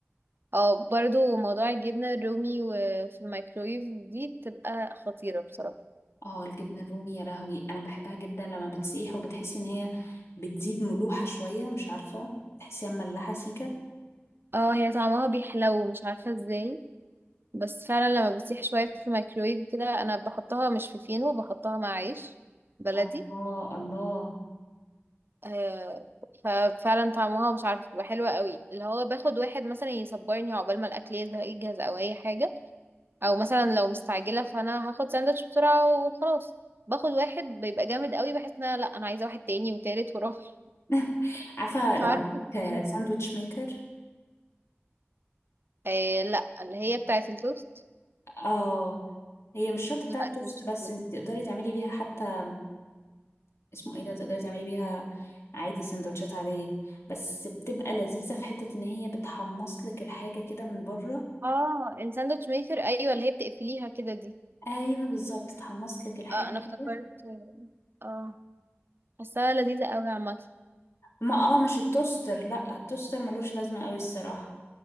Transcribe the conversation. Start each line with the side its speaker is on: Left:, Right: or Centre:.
Right: اه برضو موضوع الجبنه الرومي وفي الميكرويف دي بتبقى خطيره بصراحه
Left: اه الجبنة الرومي يا لهوي انا بحبها جدا لما بتسيح وبتحسي ان هي بتزيد ملوحة شوية مش عارفة تحسيها مملحة سيكة
Right: اه هي طعمها بيحلو مش عارفه ازاي بس فعلا لما بتسيح شويه في الميكرويف كده انا بحطها مش في فينو بحطها مع عيش بلدي
Left: الله الله
Right: آه، ففعلا طعمها مش عارفه بتبقى حلوه قوي اللي هو باخد واحد مثلا يصبرني عقبال ما الاكل يزهق يجهز او اي حاجه او مثلا لو مستعجله فانا هاخد ساندوتش بسرعه وخلاص باخد واحد بيبقى جامد قوي بحس ان أنا لا انا عايزه واحد تاني وتالت ورابع <laughs>
Left: <laughs> عارفة
Right: مش
Left: لو
Right: عارفه
Left: عندك
Right: إيه.
Left: ساندويتش ميكر
Right: آه لا اللي
Left: <laughs>
Right: هي بتاعه التوست
Left: اه هي مش شرط بتاعة
Right: لا
Left: توست
Right: دي مش
Left: بس
Right: موجودة.
Left: انت تقدري تعملي بيها حتى اسمه ايه ده تقدري تعملي بيها عادي سندوتشات عادية بس بتبقى لذيذة في حتة ان هي بتحمص لك الحاجة كده من بره
Right: اه الساندوتش ميكر ايوه اللي هي بتقفليها كده دي
Left: ايوه بالظبط تحمص لك الحاجة
Right: اه انا افتكرت
Left: كده
Right: اه حاساها لذيذه قوي عامه
Left: ما اه مش التوستر لا التوستر ملوش لازمة قوي الصراحة